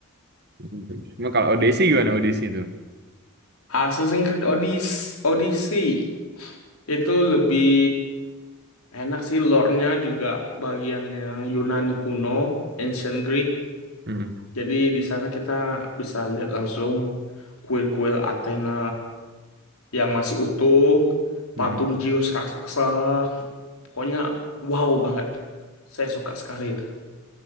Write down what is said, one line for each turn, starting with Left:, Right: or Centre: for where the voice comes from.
Right: Mm-mm. Cuma kalau Odyssey gimana Odyssey itu?
Left: Assassin's Creed Odyssey, Odyssey itu lebih enak sih lore-nya juga bagian yang Yunani kuno, Ancient Greek
Right: Mm-mm.
Left: Jadi di sana kita bisa lihat langsung kuil-kuil Athena yang masih utuh,
Right: Mm-mm.
Left: patung Zeus raksasa. Pokoknya wow banget. Saya suka sekali itu.